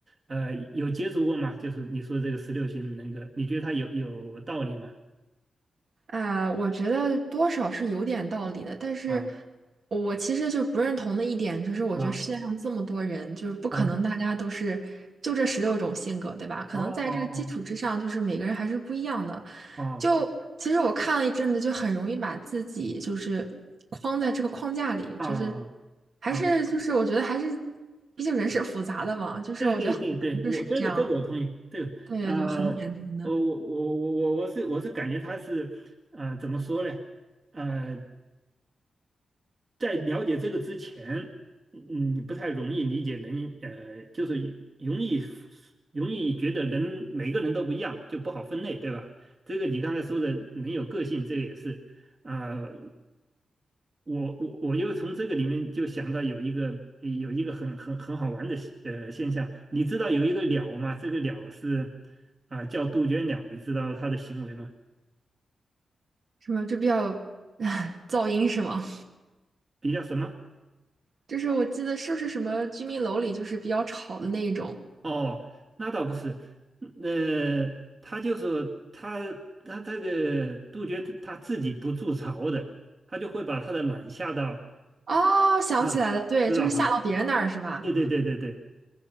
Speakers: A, on the right; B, on the right.
A: 呃有接触过吗？就是你说这个十六型人格，你觉得他有有道理吗？
B: 啊，我觉得多少是有点道理的，但是
A: 啊
B: 我其实就不认同的一点就是，我觉得世界上这么多人，
A: 啊
B: 就是不可能大家都是就这十六种性格，
A: 啊！
B: 对吧？可能在这个基础之上，
A: 哦哦哦
B: 就是每个人还是不一样的。
A: 哦哦
B: 就其实我看了一阵子，就很容易把自己就是框在这个框架里，
A: 哦！
B: 就是还是就是我觉得还是，
A: 啊
B: 毕竟人是复杂的嘛，就是我觉得很难就是这样，
A: 对对对对，我这个这个我同意，这个呃，
B: 对，就很简单的，
A: 呃我我我我我是我是感觉他是呃怎么说呢？呃在了解这个之前，嗯，你不太容易理解人，呃，就是容易容易觉得人每个人都不一样，就不好分类，对吧？这个你刚才说的人有个性，这个也是，啊、我我我我又从这个里面就想到有一个有一个很很很好玩的现呃现象，你知道有一个鸟吗？这个鸟是啊、呃叫杜鹃鸟，你知道它的行为吗？
B: 什么就比较，<laughs> 噪音是吗？
A: 比较什么？
B: 就是我记得是不是什么居民楼里就是比较吵的那一种？
A: 哦，那倒不是，嗯呃，他就是他他这个杜鹃他他自己不筑巢的，他就会把他的卵下到
B: 哦，想起来了，
A: 啊，
B: 对，
A: 知道哈？
B: 就是下到别人那儿是吧？
A: 对对对对对，